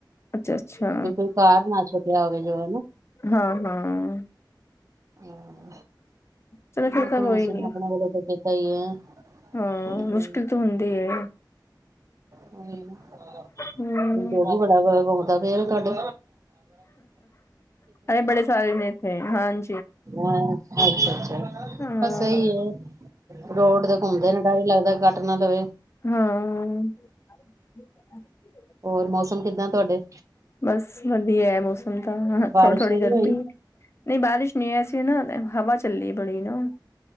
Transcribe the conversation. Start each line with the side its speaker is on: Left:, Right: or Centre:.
Left: ਅੱਛਾ-ਅੱਛਾ,
Right: ਵੀ ਕੋਈ ਕਾਰ ਨਾ ਛੁੱਟਿਆ ਹੋਵੇ ਜੋ
Left: ਹਾਂ-ਹਾਂ।
Right: ਹਨਾ
Left: ਚਲੋ
Right: ਹੁਣ
Left: ਫਿਰ ਤਾਂ ਕੋਈ
Right: ਅਸੀਂ
Left: ਨੀ।
Right: ਆਪਣੇ ਵੱਲੋਂ ਤਾਂ ਕੀਤਾ ਹੀ
Left: ਹਾਂ
Right: ਹੈ
Left: ਮੁਸ਼ਕਿਲ ਤੋਂ ਹੁੰਦੀ ਏ।
Right: ਉਈ ਨਾ, ਹਾਂ <unintelligible>
Left: ਹੂੰ।
Right: ਬਹੁਤ ਹੀ ਵਢਾ ਦਾ ਫੇਰ ਤੋਹਾਢੇ
Left: ਏ ਬੜੇ ਸਾਰੇ ਨੇ ਇੱਥੇ। ਹਨ
Right: ਹਾ ਅੱਛਾ-ਅੱਛਾ,
Left: ਹਾਂ।
Right: ਬਸ ਏਹੀ ਏ, ਰੋਡ ਤੇ ਘੁੰਮਦੇ ਨੇ ਡਰ ਹੀ ਲੱਗਦਾ ਕੱਟ ਨਾ ਲਵੇ।
Left: ਹਾਂ <inaudible>
Right: ਹੋਰ, ਮੌਸਮ ਕਿੱਦਾਂ ਤੁਹਾਡੇ?
Left: ਬਸ ਵਧੀਆ ਹੈ ਮੌਸਮ ਤਾਂ,
Right: ਬਾਰਿਸ਼
Left: ਥੋੜੀ-ਥੋੜੀ
Right: ਤਾਂ ਨਹੀਂ
Left: ਗਰਮੀ
Right: ਹੋਈ
Left: ਨਹੀਂ, ਬਾਰਿਸ਼ ਨਹੀਂ ਅਸੀ ਨਾ <unintelligible> ਬੜੀ ਨਾ